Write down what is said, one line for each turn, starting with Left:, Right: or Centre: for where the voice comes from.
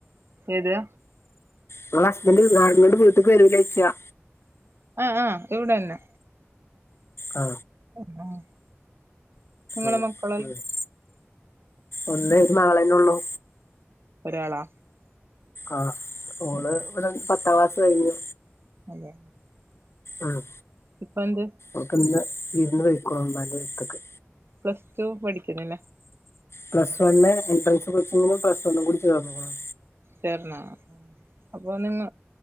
Right: എതാ
Left: ങ്ങളെ ഹസ്ബന്റ് ങ്ങട് വീട്ട്ക്ക് വരൂലെ ചോയ്ച്ച
Right: ആ ആ ഇവിടന്നെ
Left: ആ
Right: <unintelligible> നിങ്ങളെ
Left: ആഹ്
Right: മക്കളെല്ല
Left: <unintelligible> ഒന്ന് ഒരു മകളന്നെള്ളൂ
Right: ഒരാളാ
Left: ആഹ് ഓള്
Right: അതെ
Left: ഇവിടെ പത്താം ക്ലാസ് കഴിഞ്ഞു
Right: അതെ
Left: ആഹ്
Right: ഇപ്പയ്ന്ത്
Left: ഓക്ക് ഇന്ന് വിരുന്ന് പൊയ്ക്കോ മ്മാന്റെ അടുത്ക്ക്
Right: പ്ലസ് ടു പഠിക്ക്ണ്ലെ
Left: പ്ലസ് വണ്ണ് എൻട്രൻസ് കോച്ചിങ്ങിനും പ്ലസ് വൺ കൂടി ചേർന്ന്കുണു
Right: ചേർന്നോ അപ്പോ നിങ്ങ